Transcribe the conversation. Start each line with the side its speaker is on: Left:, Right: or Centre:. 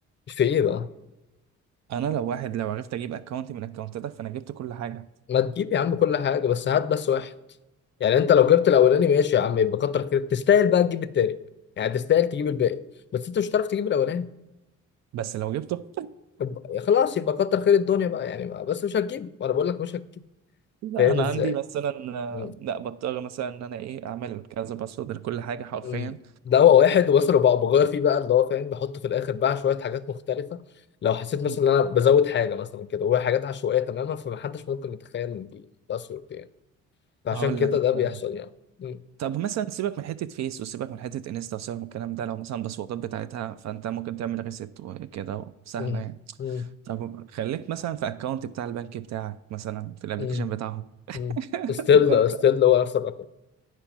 Left: في إيه بقى؟
Right: انا لو واحد لو عرفت اجيب اكونت من اكونتاتك فانا جبت كل حاجه
Left: ما تجيب يا عم كل حاجة بس هات بس واحد يعني انت لو جبت الاولاني ماشي يا عم يبقى كتر خيرك تستاهل بقى تجيب التاني يعني تستاهل تجيب الباقي بس انت مش هتعرف تجيب الاولاني
Right: بس لو جبته
Left: يبقى- خلاص يبقى كتر خير الدنيا بقى يعني ما- بس مش هتجيب وانا بقول لك مش هتجيب
Right: لا
Left: فاهم
Right: انا
Left: ازاي
Right: عندي مثلا آه،
Left: مم.
Right: لا بضطر مثلا ان انا ايه اعمل كذا باسورد لكل حاجه حرفيا
Left: مم. ده هو واحد ومثلا بقى بغير فيه بقى اللي هو فاهم بحط في الاخر بقى شويه حاجات مختلفه لو حسيت مثلا
Right: مم.
Left: ان انا بزود حاجه مثلا كده وهي حاجات عشوائيه تماما فمحدش ممكن يتخيل ان دي تاثر دي يعني فعشان
Right: هقول
Left: كده
Right: لك
Left: ده
Right: مثلا
Left: بيحصل يعني مم.
Right: طب مثلا سيبك من حته فيس وسيبك من حته انستا وسيبك من الكلام ده لو مثلا الباسوردات بتاعتها فانت ممكن تعمل ريست وكده سهله
Left: مم.
Right: يعني
Left: مم.
Right: طب خليك مثلا في اكونت بتاع البنك بتاعك مثلا في الابلكيشن
Left: مم.
Right: بتاعهم
Left: مم. ستيل
Right: <laughs>
Left: ستيل هو نفس الرقم